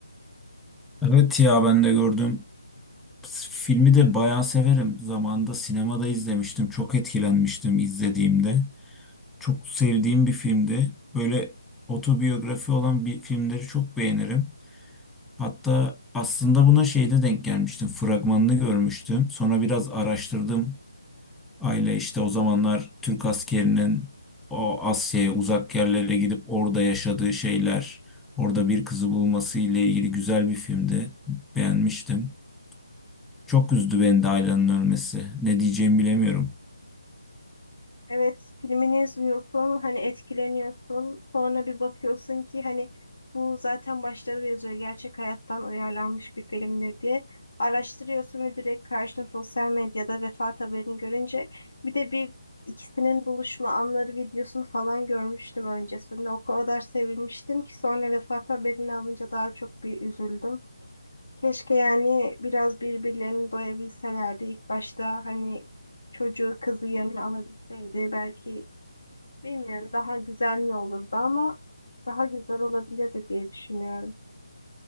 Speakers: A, in the centre; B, on the left.
A: Evet ya ben de gördüm. Filmi de bayağı severim. Zamanında sinemada izlemiştim. Çok etkilenmiştim izlediğimde. Çok sevdiğim bir filmdi. Böyle otobiyografi olan bir filmleri çok beğenirim. Hatta aslında buna şeyde denk gelmiştim. Fragmanını görmüştüm. Sonra biraz araştırdım. Aile işte o zamanlar Türk askerinin o Asya'ya uzak yerlere gidip orada yaşadığı şeyler, orada bir kızı bulması ile ilgili güzel bir filmdi. Beğenmiştim. Çok üzdü beni de Ayla'nın ölmesi. Ne diyeceğimi bilemiyorum.
B: Evet, filmini izliyorsun, hani etkileniyorsun. Sonra bir bakıyorsun ki hani bu zaten başta da yazıyor gerçek hayattan uyarlanmış bir filmdir diye. Araştırıyorsun ve direkt karşına sosyal medyada vefat haberini görünce bir de bir ikisinin buluşma anları videosunu falan görmüştüm öncesinde. O kadar sevinmiştim ki sonra vefat haberini alınca daha çok bir üzüldüm. Keşke yani biraz birbirlerini doyabilselerdi. ilk başta hani çocuğu kızı yanına alabilseydi belki bilmiyorum daha güzel mi olurdu ama daha güzel olabilirdi diye düşünüyorum.